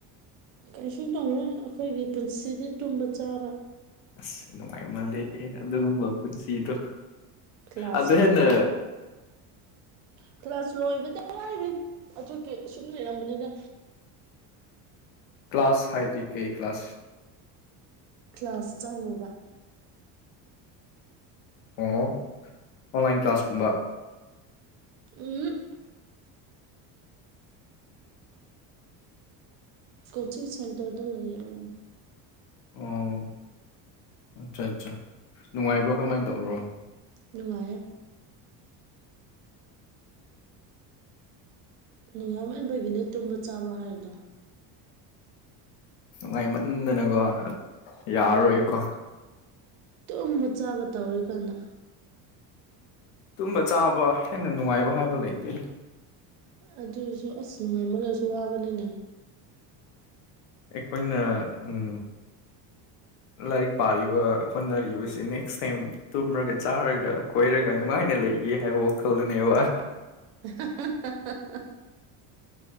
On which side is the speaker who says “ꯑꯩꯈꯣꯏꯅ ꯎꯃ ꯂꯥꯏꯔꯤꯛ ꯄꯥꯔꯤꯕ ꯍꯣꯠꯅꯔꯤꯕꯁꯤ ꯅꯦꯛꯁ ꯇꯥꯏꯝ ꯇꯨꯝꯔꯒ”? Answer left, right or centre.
Left